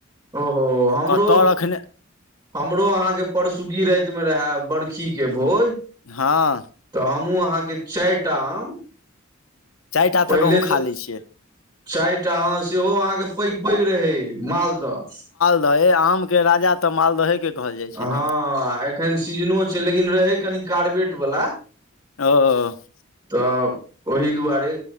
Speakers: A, on the right; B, on the left.
A: ओहो हमरो
B: कतय रखने
A: हमरो अहाँके परसुकी रातिमे रहय बर्खी के भोज।
B: हँ
A: तऽ हमहूँ अहाँके चारिटा आम
B: चारि टा
A: पहिले
B: तक अहूँ खा
A: तऽ
B: लै छियै
A: चारि टा हऽ, सेहो अहाँके पैघ पैघ रहै मालदह।
B: तऽ हे आमके राजा तऽ मालदहे के। कहल जाइ छै
A: हँ,
B: ने
A: एखन सीजनो छै, लेकिन रहै कनि कार्बेटवला।
B: ओ
A: तऽ ओहि दुआरे